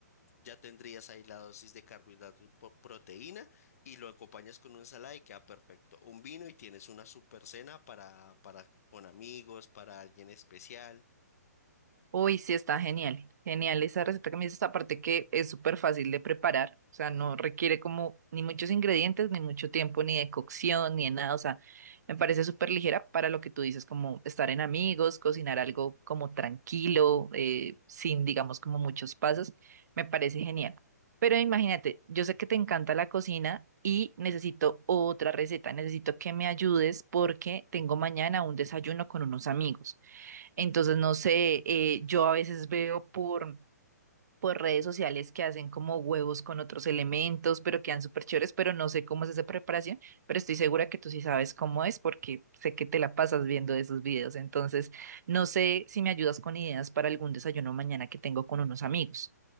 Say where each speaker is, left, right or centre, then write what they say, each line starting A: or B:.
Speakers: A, on the left (about 60°); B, on the right (about 70°).
A: Ya tendrías ahí la dosis de carbohidrato y po- proteína y lo acompañas con una ensalada y queda perfecto. Un vino y tienes una super cena para, para con amigos, para alguien especial.
B: Uy, sí, está genial. Genial esa receta que me dices, aparte que es súper fácil de preparar, o sea, no requiere como ni muchos ingredientes, ni mucho tiempo, ni de cocción, ni de nada, o sea, me parece súper ligera para lo que tú dices, como estar en amigos, cocinar algo como tranquilo, eh, sin, digamos, como muchos pasos, me parece genial. Pero imagínate, yo sé que te encanta la cocina y necesito otra receta, necesito que me ayudes porque tengo mañana un desayuno con unos amigos. Entonces, no sé, eh, yo a veces veo por, por redes sociales que hacen como huevos con otros elementos, pero quedan súper chéveres, pero no sé cómo es esa preparación, pero estoy segura que tú sí sabes cómo es porque sé que te la pasas viendo esos videos. Entonces, no sé si me ayudas con ideas para algún desayuno mañana que tengo con unos amigos.